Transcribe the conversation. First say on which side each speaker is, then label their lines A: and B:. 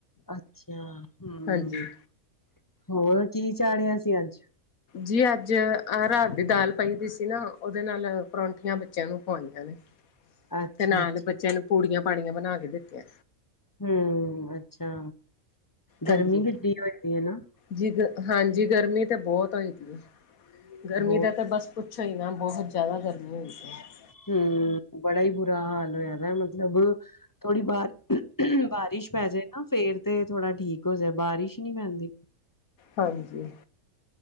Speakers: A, on the left; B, on the left.
A: ਅਛਾ ਹਮ
B: ਹਾਂਜੀ
A: ਹੋਰ ਕੀ ਚਾੜਿਆ ਸੀ ਅਜ
B: ਜੀ ਅਜ ਅ ਰਾਤ ਦੀ ਦਾਲ ਪਈ ਦੀ ਸੀ ਨਾ ਉਹਦੇ ਨਾਲ ਪਰੌਠੀਆਂ ਬੱਚਿਆਂ ਨੂੰ ਖਵਾਈਆਂ ਨੇ
A: ਅੱਛਾ
B: ਤੇ ਨਾਲ
A: ਅੱਛਾ
B: ਬੱਚਿਆਂ ਨੂੰ ਪੂੜੀਆਂ ਪਾੜੀਆਂ ਬਣਾ ਕੇ ਦਿੱਤੀਆਂ
A: ਹਮ, ਅੱਛਾ ਗਰਮੀ
B: ਹਾਂਜੀ।
A: ਕਿੱਡੀ ਹੋਈ ਪਈ ਹੈ ਨਾ
B: ਜੀ ਗ ਹਾਂਜੀ ਗਰਮੀ ਤੇ ਬਹੁਤ ਹੋਈ ਪਈ ਗਰਮੀ
A: ਬਹੁਤ
B: ਦਾ ਤਾਂ ਬਸ ਪੁਛੋ ਹੀ ਨਾ ਬਹੁਤ ਜ਼ਿਆਦਾ ਗਰਮੀ ਹੋਦੀ ਹੈ। <unintelligible>
A: ਹਮ ਬੜਾ ਹੀ ਬੁਰਾ ਹਾਲ ਹੋਇਆ ਵ ਮਤਲਬ ਥੋੜੀ ਬਾਰ ਬਾਰਿਸ਼ ਪੈ ਜਾਏ ਨਾ ਫੇਰ ਤੇ ਥੋੜਾ ਠੀਕ ਹੋ ਜਾਏ ਬਾਰਿਸ਼ ਹੀ ਨੀ ਪੈਂਦੀ
B: ਹਾਂਜੀ